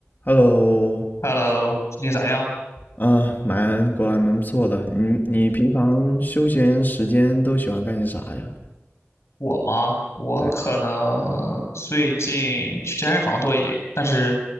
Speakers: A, on the left; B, on the left.
A: Hello，
B: Hello，最近咋样？
A: 啊，蛮果然蛮不错的。你你平常休闲时间都喜欢干些啥呀？
B: 我吗？我可能最近去健身房多一点，
A: 对，
B: 但是，